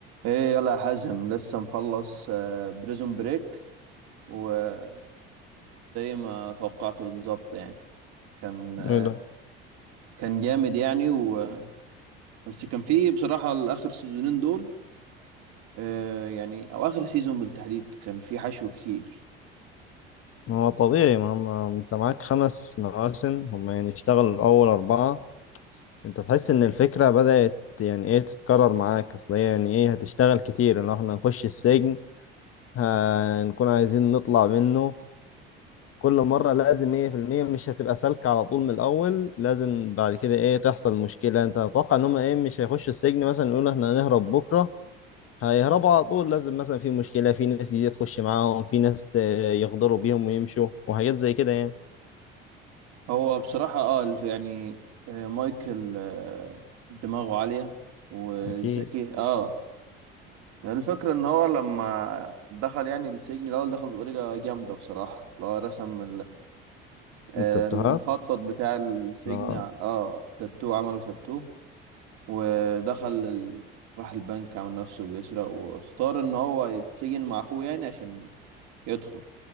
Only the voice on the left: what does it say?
ايه ده
ما هو طبيعي ما هم انت معاك خمس مواسم هم يعني اشتغلوا الاول اربعة انت تحس ان الفكرة بدأت يعني ايه تتكرر معاك اصل هي يعني ايه هتشتغل كتير ان احنا نخش السجن هنكون عايزين نطلع منه كل مرة لازم ايه في المية مش هتبقى سالكة على طول من الاول لازم بعد كده ايه تحصل مشكلة انت اتوقع ان هم ايه مش هيخشوا السجن مثلا يقولوا احنا هنهرب بكرة هيهربوا على طول لازم مثلا في مشكلة في ناس جديدة تخش معاهم في ناس ت- يغدروا بيهم ويمشوا وحاجات زي كده يعني
اكيد
التاتوهات
اه